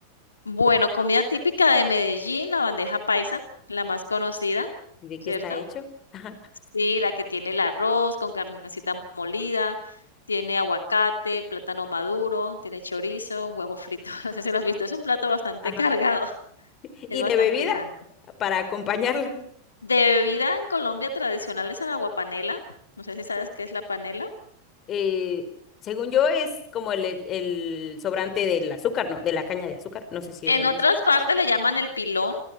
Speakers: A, on the left; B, on the left.
A: Bueno, comida típica de Medellín, la bandeja paisa, la más conocida,
B: ¿Y de
A: ¿cierto?
B: qué está hecho? <laughs> Ajá,
A: Sí, la que tiene el arroz con carnecita molida, tiene aguacate, plátano maduro, tiene chorizo, un huevo frito. <laughs> No sé si lo has visto, es un plato bastante
B: ajá.
A: <laughs> cargado,
B: ¿Y
A: es bastante
B: de bebida
A: grande.
B: para acompañarlo?
A: De bebida en Colombia tradicional es el agua No sé si sabes qué es la panela.
B: eh, según yo, es como el, el sobrante del azúcar, ¿no? De la caña de azúcar. No sé si
A: En
B: es el
A: otras
B: mismo.
A: partes le llaman el pilón,